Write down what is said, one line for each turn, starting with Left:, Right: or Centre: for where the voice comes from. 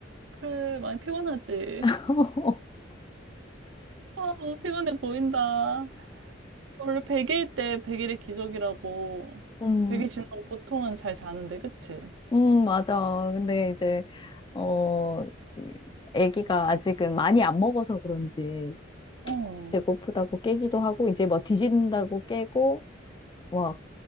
Right: 그래, 많이 피곤하지.
Left: <laughs>
Right: 어, 피곤해 보인다. 원래 100일 때 100일의 기적이라고.
Left: 음,
Right: 100일 지나고 보통은 잘 자는데, 그치?
Left: 음, 맞아. 근데 이제 어 이- 아기가 아직은 많이 안 먹어서 그런지
Right: 어,
Left: 배고프다고 깨기도 하고 이제 뭐 뒤진다고 깨고 뭐